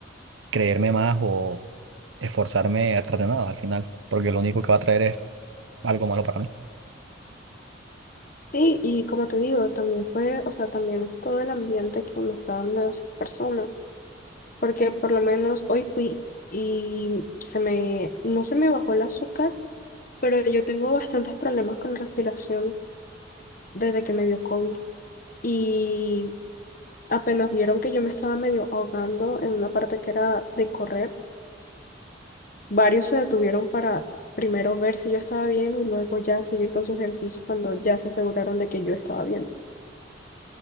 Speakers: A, on the right; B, on the left.
A: creerme más o esforzarme a tratar de nada al final, porque lo único que va a traer es algo malo para mí.
B: Sí, y como te digo, también fue, o sea, también es todo el ambiente que me está dando esas personas, porque por lo menos hoy fui y se me, no se me bajó el azúcar, pero yo tengo bastantes problemas con la respiración desde que me dio COVID y apenas vieron que yo me estaba medio ahogando en una parte que era de correr, varios se detuvieron para primero ver si yo estaba bien y luego ya seguir con sus ejercicios cuando ya se aseguraron de que yo estaba bien.